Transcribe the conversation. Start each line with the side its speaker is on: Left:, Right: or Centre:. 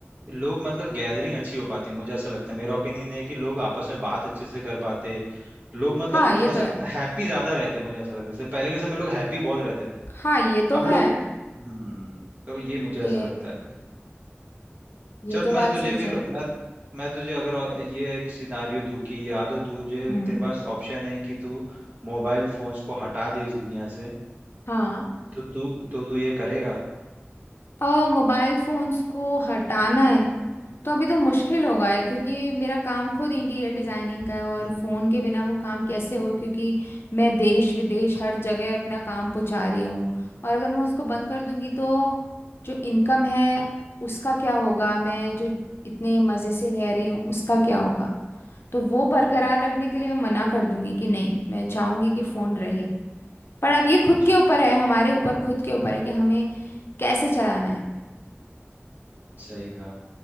Right: लोग मतलब गैदरिंग अच्छी हो पाती है मुझे ऐसा लगता है मेरा ओपिनियन है कि लोग आपस में बात अच्छे से कर पाते लोग मतलब
Left: हाँ ये
Right: थोड़ा
Left: तो
Right: सा
Left: है
Right: हैप्पी ज्यादा रहते हैं, मुझे ऐसा लगता है जैसे पहले के समय लोग हैप्पी बहुत रहते थे
Left: हाँ ये तो
Right: अब लोग
Left: है
Right: हम्म तो ये मुझे
Left: कि
Right: ऐसा लगता है
Left: ये
Right: चल
Left: तो बात
Right: मैं तुझे
Left: सच
Right: फिर
Left: है
Right: मैं मैं तुझे अगर ये एक सिनारियो दूं कि या तो तुझे
Left: हम्म
Right: तेरे पास ऑप्शन है कि तू मोबाइल फोन्स को हटा दे इस दुनिया से
Left: हाँ
Right: तो तू तो तू ये करेगा
Left: अ मोबाइल फोन्स को हटाना है तो अभी तो मुश्किल होगा है क्योंकि मेरा काम खुद इंटीरियर डिजाइनिंग का है और
Right: हम्म
Left: फोन के बिना वो काम कैसे होगा क्योंकि मैं देश विदेश हर जगह अपना काम पहुंचा रही हूँ और अगर मैं उसको बंद
Right: हम्म
Left: कर दूंगी तो जो इनकम है उसका क्या होगा मैं जो इतने मज़े से रह रही हूँ उसका
Right: हम्म,
Left: क्या होगा तो वो बरकरार
Right: हम्म,
Left: रखने के लिए मैं मना कर दूंगी कि नहीं मैं चाहूंगी कि फोन रहे पर अब ये
Right: अच्छा
Left: खुद के ऊपर है हमारे ऊपर खुद के ऊपर है कि हमें कैसे चलाना है
Right: सही कहा